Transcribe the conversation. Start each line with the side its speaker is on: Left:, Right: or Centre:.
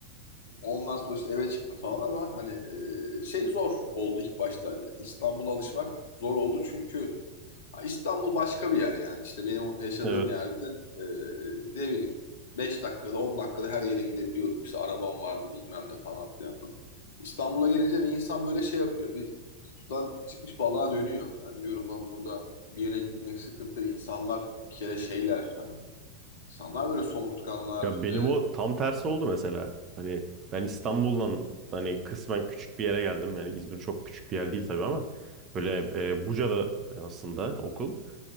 Left: Ondan sonra işte eve çıktım falan ama hani e, şey zor oldu ilk başta. Hani İstanbul'a alışmak zor oldu çünkü İstanbul başka bir yer yani. İşte benim yaşadığım
Right: Evet.
Left: yerde e, ne bileyim 5 dakikada 10 dakikada her yere gidebiliyordum. İşte arabam vardı bilmem ne falan filan. İstanbul'a gelince bir insan böyle şey yapıyor. Bir sudan çıkmış balığa dönüyor. Yani diyorum lan burada bir yere gitmek sıkıntı. İnsanlar bir kere şeyler hani. insanlar böyle somurtkanlar.
Right: Ya benim
Left: E,
Right: o tam tersi oldu mesela. Hani ben İstanbul'dan hani kısmen küçük bir yere geldim. Yani İzmir çok küçük bir yer değil tabii ama böyle e, Buca'da aslında okul.